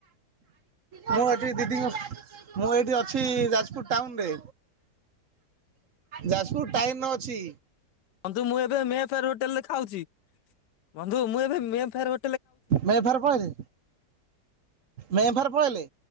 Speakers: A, on the right; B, on the left.
A: ମୁଁ ଏଠି ଦିଦିଙ୍କ ମୁଁ ଏଠି ଅଛି ଯାଜପୁର ଟାଉନରେ। ଯାଜପୁର ଟାଇନରେ ଅଛି।
B: ବନ୍ଧୁ ମୁଁ ଏବେ ମେ ଫେୟାର ହୋଟେଲ ରେ ଖାଉଛି ବନ୍ଧୁ ମୁଁ ଏବେ ମେ ଫେୟାର ହୋ
A: ମେଫାର୍ ପଳେଇଲେ ମେଫାର୍ ପଳେଇଲେ।